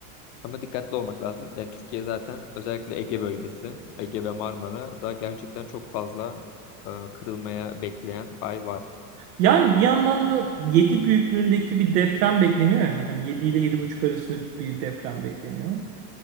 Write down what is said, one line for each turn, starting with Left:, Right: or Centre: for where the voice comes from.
Left: Ama dikkatli olmak lazım. Yani Türkiye zaten özellikle Ege bölgesi, Ege ve Marmara da gerçekten çok fazla e, kırılmaya bekleyen fay var.
Right: Yani bir yandan da 7 büyüklüğündeki bir deprem bekleniyor ya. Hani 7 ile yedi buçuk arasında bir deprem bekleniyor.